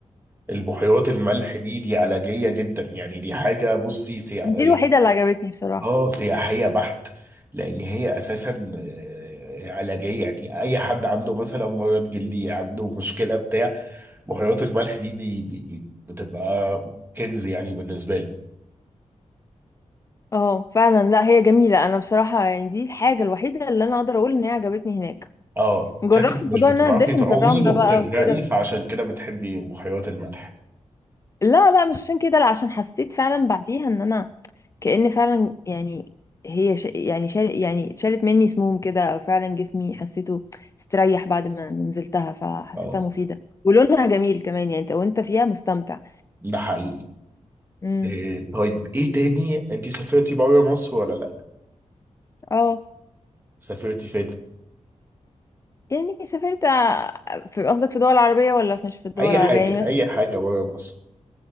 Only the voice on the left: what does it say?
دي الوحيدة اللي عجبتني بصراحة
اه فعلا لا هي جميلة انا بصراحة يعني دي الحاجة الوحيدة اللي انا اقدر اقول ان هي عجبتني هناك
جربت
موضوع
ان انا ادفن
في الرملة
بقى وكده بس
لا لا مش عشان كده لا عشان حسيت فعلا بعديها ان انا كأن فعلا يعني هي ش... يعني شال... يعني شالت مني سموم كده او فعلا جسمي حسيته استريح بعد ما ما نزلتها فحسيتها
مفيدة ولونها جميل كمان يعني انت وانت فيها مستمتع
امم
اه
يعني سافرت ع- في قصدك في دول عربية ولا في- مش في الدول
العربية
يعني مثلا